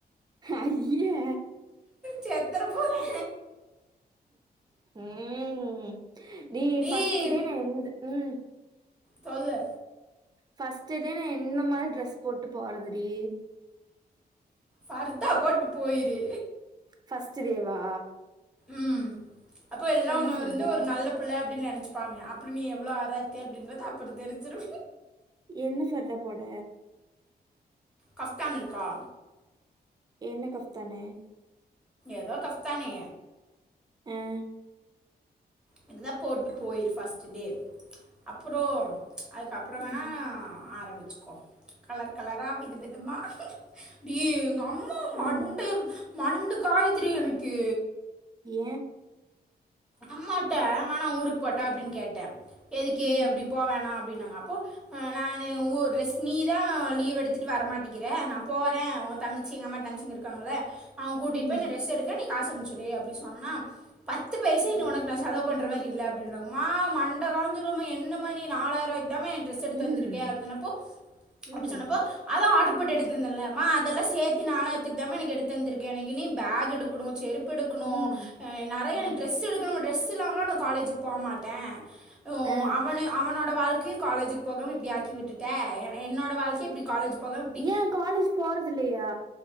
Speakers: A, on the right; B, in the centre.
A: அய்யே
B: செத்தற போறே
A: ம் நீ
B: டேய்
A: ஃபஸ்ட் டே நா எந்து ம்
B: சொல்லு
A: ஃபர்ஸ்ட் டே நா என்ன மார் ட்ரெஸ் போட்டு போறதுடி
B: பர்தா போட்டு போயிரு
A: ஃபஸ்ட் டேவா
B: ம் அப்போ எல்லா
A: என்ன
B: உன்ன
A: ஃபர்தா
B: வந்து ஒரு நல்ல புள்ள அப்டின்னு நெனைச்சப்பாங்க அப்றோ நீ எவ்ளோ ஆராத்தி அப்டின்றது அப்பறோ தெரிஞ்சுரு
A: என்ன பர்தா போட
B: கஃப்தான் இருக்கா
A: என்ன கஃப்தான்
B: ஏதோ கஃப்தானு
A: ம்
B: இருந்தா போட்டு போயிரு ஃபஸ்ட் டே அப்புறோ அதுக்கப்றோ வேணா
A: ஆ,
B: ஆரம்பிச்சுக்கோ கலர் கலரா வித விதமா டி எங்க அம்மா
A: ம்
B: மண்டே மண்ட காய்துடி எனக்கு
A: ஏ
B: அம்மாட்ட ம்மா நா ஊருக்கு போட்டா அப்டின்னு கேட்டே எதுக்கே
A: ம்
B: அப்டி போ வேணா அப்டின்னாங்க அப்போ ஆ நானு உ ட்ரெஸ் நீதா லீவ் எடுத்துட்டு வர மாட்டிக்கிற நா போறே ஒ தங்கச்சி எங்கம்மாட தங்கச்சிங்க இருக்காங்கள அவங்க கூட்டிட்டு
A: ம்
B: போய் ட்ரெஸ் எடுக்க நீ காசு அம்ச்சுடு அப்டி சொன்னனா த்து பைசா இனி
A: ம்
B: உனக்கு நா செலவு பண்ற மாரி இல்ல அப்டின்றாங்க ம்மா மண்ட காஞ்சுருமா என்னமா நீ நாலாயிருவாய்க் குதாமா எனக் டிரெஸ் எடுத்து
A: ம்
B: தந்திருக்க அப்டி சொன்னப்போ
A: ம்
B: அப்டி சொன்னப்போ அதா ஆட்ரு போட்டு எடுத் தந்தன்ல ம்மா அதெல்லா சேத்து நாலாயிரத்துக்தாமா எனக்கு எடுத் தந்துருக்கே எனக் இனி பேக் எடுக்கணு செருப் பு எடுக்கணு
A: ம்
B: அ நெறையா
A: ம்
B: எனக்கு ட்ரெஸ் எடுக்கமா டிரெஸ் இல்லாமலா நா காலேஜீக்கு போக மாட்டே உ
A: ஆ
B: அவனயு அவனோட வாழ்க்கை காலேஜ்க்கு போகாம இப்டி ஆக்கி விட்டுட்டே என் என்னோட வாழ்க்கை இப்டி காலேஜ் போகாமல் இப்படி
A: ஏ காலேஜ் போறதுலையா